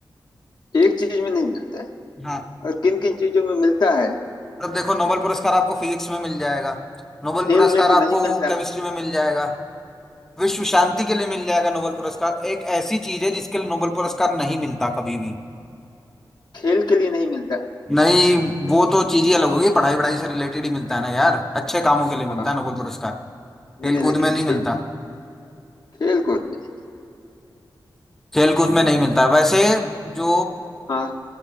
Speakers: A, on the left; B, in the centre.
A: एक चीज में नहीं मिलता है
B: हाँ
A: और किन किन चीजों में मिलता है
B: अब देखो नोबल पुरस्कार आपको फिजिक्स में मिल जाएगा नोबल
A: खेल
B: पुरस्कार
A: में तो
B: आपको
A: नहीं मिलता है।
B: केमिस्ट्री में मिल जाएगा विश्व
A: हाँ,
B: शांति के लिए मिल जाएगा नोबेल पुरस्कार एक ऐसी चीज है
A: हाँ।
B: जिसके लिए नोबेल पुरस्कार नहीं मिलता कभी भी
A: खेल के लिए नहीं मिलता है।
B: नहीं वो तो चीज ही अलग होगी पढ़ाई वढ़ाई से रिलेटेड ही मिलता है ना यार अच्छे कामों के लिए मिलता
A: हाँ
B: है नोबेल पुरस्कार खेल
A: नहीं नहीं लेकिन
B: कूद में नहीं
A: खेल
B: मिलता
A: खेल कूद में नहीं
B: खेल कूद में नहीं मिलता वैसे जो
A: हाँ